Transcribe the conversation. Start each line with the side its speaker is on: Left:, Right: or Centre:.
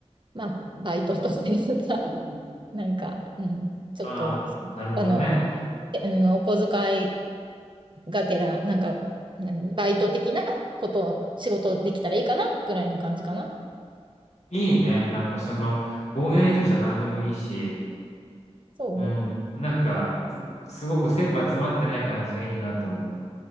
Right: う、まあ、バイトとしてさ、<laughs> なんか、うん、ちょっと、
Left: ああ、なるほどね。
Right: あの、うん、お小遣いがてら、なんか、何バイト的なことを仕事できたらいいかなぐらいな感じかな。
Left: いいね。なんかその、ぼんやりとした感じもいいし、
Right: そう
Left: うん。なんか、ずすごく切羽詰まってない感じがいいなと思う。